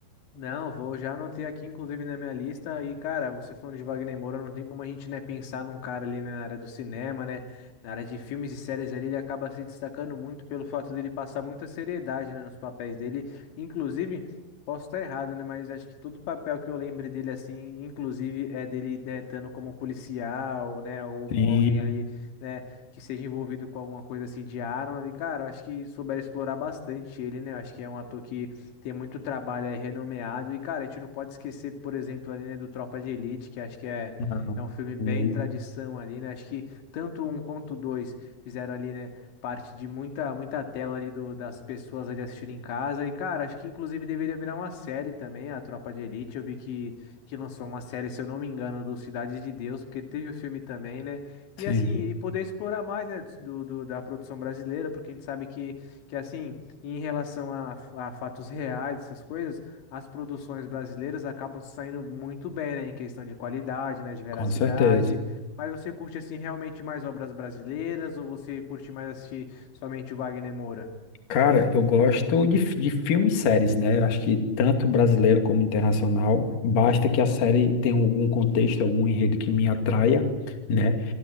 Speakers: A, on the left; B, on the left.
A: Não, vou já anotei aqui, inclusive, na minha lista. E, cara, você falando de Wagner Moura, não tem como a gente, né, pensar num cara ali né, na área do cinema, né? Na área de filmes e séries ali, ele acaba se destacando muito pelo fato dele passar muita seriedade, né, nos papéis dele. Inclusive, posso estar errado, né? Mas acho que todo papel que eu lembre dele, assim, inclusive, é dele, né, estando como policial, né? Ou,
B: Sim,
A: ou alguém ali, né, que seja envolvido com alguma coisa assim de arma. E, cara, eu acho que souberam explorar bastante ele, né? Eu acho que é um ator que. Tem muito trabalho aí renomeado. E, cara, a gente não pode esquecer, por exemplo, ali, né, do Tropa de Elite, que acho que é,
B: não,
A: é um filme bem
B: sim,
A: tradição ali, né? Acho que tanto um quanto dois fizeram ali, né, parte de muita, muita tela ali do, das pessoas ali assistindo em casa. E, cara, acho que inclusive deveria virar uma série também, a Tropa de Elite. Eu vi que, que lançou uma série, se eu não me engano, do Cidade de Deus, porque teve o filme também, né?
B: sim,
A: E assim, e poder explorar mais, né, do, do- da produção brasileira, porque a gente sabe que, que assim. Em relação a, a fatos reais, essas coisas, as produções brasileiras acabam saindo muito bem, né? Em questão de qualidade, né? De veracidade.
B: com certeza.
A: Mas você curte, assim, realmente mais obras brasileiras ou você curte mais assistir somente o Wagner Moura?
B: Cara, eu gosto de, fi- de filmes e séries, né? Eu acho que tanto brasileiro como internacional, basta que a série tenha algum contexto, algum enredo que me atraia, né?